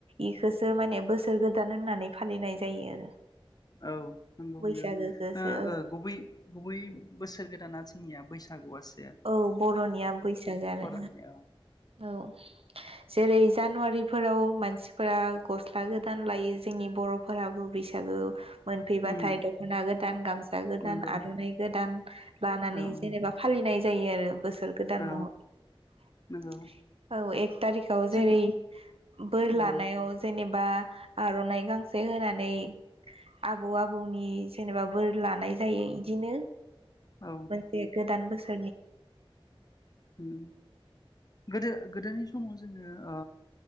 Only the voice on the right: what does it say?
इखौसो माने बोसोर गोदान होननानै फालिनाय जायो आरो।
बैसागोखौसो
औ बर'निया बैसागो आरो
औ। जेरै जानुवारिफोराव मानसिफोरा गस्ला गोदान लायो जोंनि बर' फोराबो बैसागो मोनफैबाथाय
दख'ना गोदान गामसा गोदान
आर'नाइ गोदान लानानै
जेनेबा फालिनाय जायो आरो बोस सोर गोदान
महर
औ एक थारिखाव
जेरै बोर
लानायाव जेने बा आर'नाइ गांसे होनानै आबौ आबौनि जेनेबा बोर लानाय जायो इदिनो।
मोनसे गोदान बोस